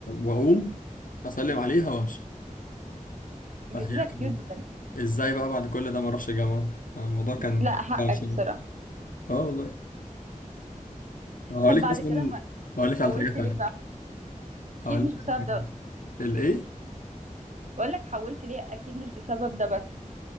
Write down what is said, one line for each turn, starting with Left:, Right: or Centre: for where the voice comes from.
Left: واقوم اسلم عليها وامشي
Right: جدتك
Left: فهي كانت
Right: كيوت بجد
Left: ازاي بقى بعد كل ده ما اروحش الجامعة فالموضوع كان
Right: ب- لا حقك
Left: وحش يعني
Right: بصراحة
Left: اه والله هقول
Right: طب
Left: لك
Right: بعد
Left: مثلا
Right: كده ما
Left: هقول لك على
Right: حولت
Left: حاجة تانية
Right: ليه بقى أكيد
Left: هقول لك
Right: مش بسبب
Left: على حاجة
Right: ده بس
Left: الايه
Right: بقول لك حولت ليه أكيد مش بسبب ده بس